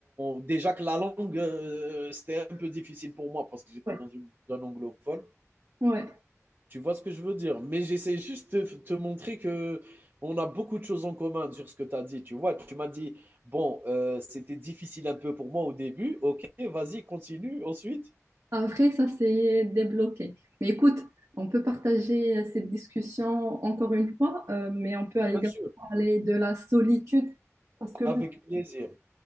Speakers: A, on the right; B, on the right.
A: on déjà que la langue, heu, c'était un peu difficile pour moi parce que j'étais
B: Ouais,
A: dans une zone anglophone.
B: ouais.
A: Tu vois ce que je veux dire? Mais j'essaie juste de te montrer que on a beaucoup de choses en commun sur ce que tu as dit, tu vois? Tu m'as dit: «Bon, heu, c'était difficile un peu pour moi au début». OK, vas-y, continue, ensuite?
B: Après, ça s'est débloqué. Mais écoute, on peut partager euh, cette discussion encore une fois, euh, mais on peut également
A: Bien sûr,
B: parler de la solitude parce que
A: avec
B: là,
A: plaisir.